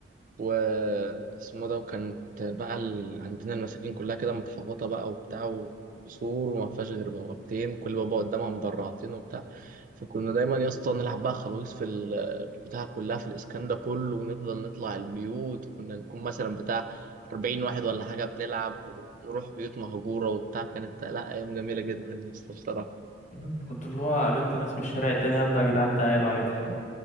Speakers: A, on the right; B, on the left.
A: واسمه ده وكانت بقى ال... عندنا المساكن كلها كده متحوطة بقى وبتاع وسور وما فيهاش غير بوابتين كل بابا قدامها مدرعتين وبتاع فكنا دايما يا اسطى نلعب بقى خلاويص في ال- في البتاع كلها في الاسكان ده كله ونفضل نطلع البيوت كنا نكون مثلا بتاع 40 واحد ولا حاجة بنلعب ونروح بيوت مهجورة وبتاع كانت لا أيام جميلة جدا يا اسطى بصراحة
B: مم. كنت اللي هو قابلت ناس من الشارع التاني يلا يا جدعان تعالوا عادي